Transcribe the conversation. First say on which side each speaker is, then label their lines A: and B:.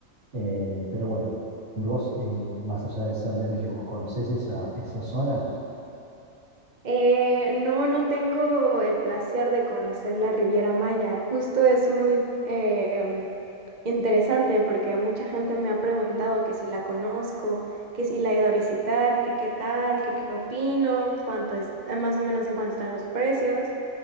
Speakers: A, on the right; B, on the right.
A: Eh, pero bueno, vos, eh, más allá de ser de México, ¿conocés esa, esa zona?
B: Eh, no, no tengo el placer de conocer la Riviera Maya. Justo es muy eh, mm, interesante porque mucha gente me ha preguntado que si la conozco, que si la he ido a visitar, que qué tal, que qué opino, cuánto es, eh, más o menos en cuánto están los precios,